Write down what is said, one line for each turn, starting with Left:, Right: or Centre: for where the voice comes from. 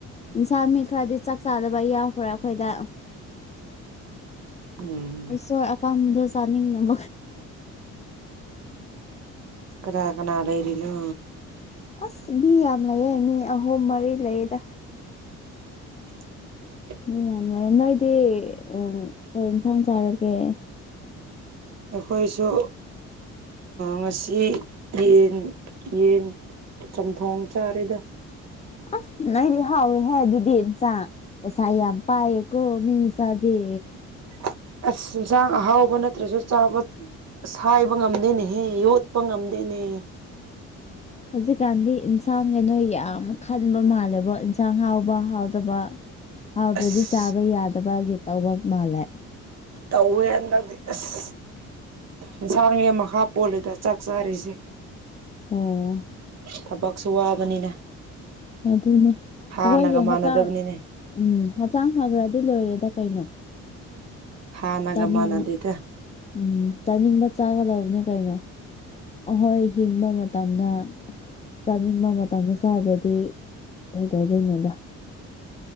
Left: ꯏꯟꯁꯥꯡ ꯃꯤ ꯈꯔꯗꯤ ꯆꯥꯛ ꯆꯥꯗꯕ ꯌꯥꯎꯈ꯭ꯔꯦ ꯑꯩꯈꯣꯏꯗ
Right: ꯎꯝ
Left: ꯑꯁꯣꯏ ꯑꯀꯥꯕꯗꯣ ꯆꯥꯅꯤꯡꯅ ꯑꯃ
Right: ꯀꯅꯥ ꯀꯅꯥ ꯂꯩꯔꯤꯅꯣ
Left: ꯑꯁ ꯃꯤ ꯌꯥꯝ ꯂꯩꯌꯦ ꯃꯤ ꯑꯍꯨꯝ ꯃꯔꯤ ꯂꯩꯗ
Right: <unintelligible>
Left: ꯎꯝ ꯌꯥꯝ ꯂꯩꯔꯦ ꯅꯣꯏꯗꯤ ꯎ ꯀꯔꯤ ꯏꯟꯁꯥꯡ ꯆꯥꯔꯒꯦ
Right: ꯑꯩꯈꯣꯏꯁꯨ ꯉꯁꯤ ꯌꯦꯟ ꯌꯦꯟ ꯆꯝꯊꯣꯡ ꯆꯥꯔꯤꯗ
Left: ꯑꯁ ꯑꯩꯗꯤ ꯍꯥꯎꯋꯦ ꯍꯥꯏ ꯑꯗꯨꯗꯤ ꯏꯝꯆꯥ ꯄꯩꯁꯥ ꯌꯥꯝ ꯄꯥꯏꯌꯦꯀꯣ ꯃꯤ ꯃꯆꯥꯗꯤ
Right: <inaudible> ꯑꯁ ꯏꯟꯁꯥꯡ ꯑꯍꯥꯎꯕ ꯅꯠꯇ꯭ꯔꯁꯨ ꯆꯥꯕ ꯁꯥꯏꯕ ꯉꯝꯗꯦꯅꯦ ꯍꯦ ꯌꯣꯠꯄ ꯉꯝꯗꯦ ꯀꯅꯦ
Left: ꯍꯧꯖꯤꯛꯀꯥꯟꯗꯤ ꯏꯟꯁꯥꯡ ꯀꯩꯅꯣ ꯌꯥꯝ ꯈꯟꯕ ꯃꯥꯜꯂꯦꯕꯣ ꯏꯟꯁꯥꯡ ꯍꯥꯎꯕ ꯍꯥꯎꯗꯕ ꯍꯥꯎꯗ꯭ꯔꯗꯤ
Right: ꯑꯁ
Left: ꯆꯥꯕ ꯌꯥꯗꯕꯒꯤ ꯇꯧꯕ ꯃꯥꯜꯂꯦ
Right: ꯇꯧꯋꯦ ꯍꯟꯗꯛ ꯑꯁ ꯑꯦꯟꯁꯥꯡꯒꯤ ꯃꯈꯥ ꯄꯣꯜꯂꯦꯗꯥ ꯆꯥꯛ ꯆꯥꯔꯤꯁꯦ
Left: ꯑꯣ
Right: ꯊꯕꯛꯁꯨ ꯋꯥꯕꯅꯤꯅ
Left: ꯑꯗꯨꯅꯦ
Right: ꯍꯥꯟꯅꯒ
Left: ꯑꯩꯈꯣꯏꯒꯤ
Right: ꯃꯥꯟꯅꯗꯕꯅꯤꯅꯦ
Left: ꯍꯛꯆꯥꯡ ꯎꯝ ꯍꯛꯆꯥꯡ ꯐꯈ꯭ꯔ ꯗꯤ ꯂꯣꯏꯔꯦꯗ ꯀꯩꯅꯣ
Right: ꯍꯥꯟꯅꯒ
Left: ꯆꯥꯅꯤꯡ
Right: ꯃꯥꯟꯅꯗꯦꯗ
Left: ꯎꯝ ꯆꯥꯅꯤꯡꯕ ꯆꯥꯒꯗꯕꯅꯦ ꯀꯩꯅꯣ ꯑꯍꯣꯏ ꯍꯤꯡꯕ ꯃꯇꯝꯗ ꯆꯥꯅꯤꯡꯕ ꯃꯇꯝꯗ ꯁꯥꯥꯗꯗꯤ ꯀꯩꯗꯧꯗꯣꯏꯅꯣꯗ